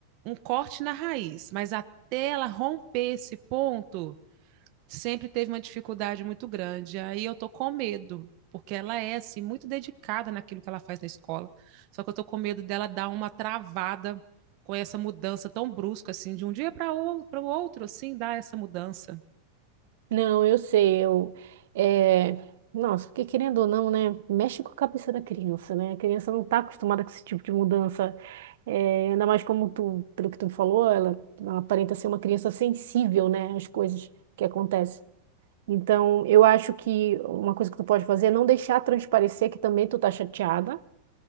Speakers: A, on the right (about 40°); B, on the right (about 70°).
A: um corte na raiz, mas até ela romper esse ponto, sempre teve uma dificuldade muito grande. Aí eu tô com medo, porque ela é assim muito dedicada naquilo que ela faz na escola. Só que eu tô com medo dela dar uma travada com essa mudança tão brusca assim, de um dia para o para o outro, assim, dar essa mudança.
B: Não, eu sei, eu... É... Nossa, porque querendo ou não, né, mexe com a cabeça da criança, né? A criança não tá acostumada com esse tipo de mudança. É, ainda mais como tu, pelo que tu falou, ela, ela aparenta ser uma criança sensível, né, às coisas que acontecem. Então, eu acho que uma coisa que tu pode fazer é não deixar transparecer que também tu tá chateada,